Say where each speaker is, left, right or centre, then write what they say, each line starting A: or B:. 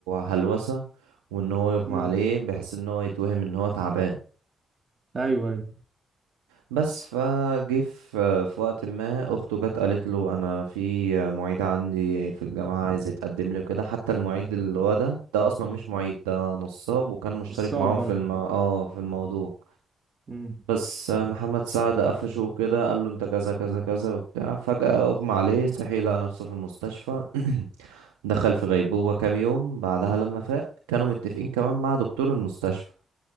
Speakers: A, on the right; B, on the right.
A: هلوسه وان هو يغمى
B: مم.
A: عليه بحيث ان هو يتوهم ان هو تعبان
B: ايوه ايوه
A: بس فجه في في وقت ما اخته جت قالت له انا في معيد عندي في الجامعه عايز يتقدم لي وكده حتى المعيد اللي هو ده ده اصلا مش معيد ده نصاب وكان مشترك
B: الصعب
A: معاهم
B: برضه
A: في الم... اه في الموضوع
B: امم
A: بس آه، محمد سعد قفشه وكده قال له انت كذا كذا كذا وبتاع فجأة اغمى عليه صحي لقى نفسه في المستشفى <clears throat> دخل في غيبوبة كام يوم بعدها لما فاق كانوا متفقين كمان مع دكتور المستشفى